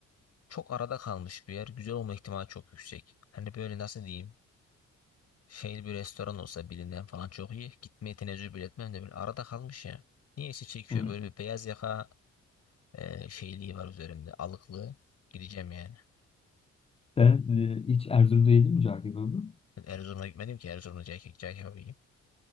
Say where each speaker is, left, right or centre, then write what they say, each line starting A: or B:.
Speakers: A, on the left (about 55°); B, on the left (about 20°).
A: Çok arada kalmış bir yer. Güzel olma ihtimali çok yüksek. Hani böyle nasıl diyeyim? Şey bir restoran olsa bilinen falan çok iyi. Gitmeye tenezzül bile etmem de böyle arada kalmış ya. Niyeyse çekiyor
B: hı.
A: böyle bir beyaz yaka e, şeyliği var üzerimde. Alıklı. Gideceğim yani.
B: Sen e, hiç Erzurum'da yedin mi cağ kebabı?
A: Ben Erzurum'a gitmedim ki Erzurum'da cahil kebabı yiyeyim.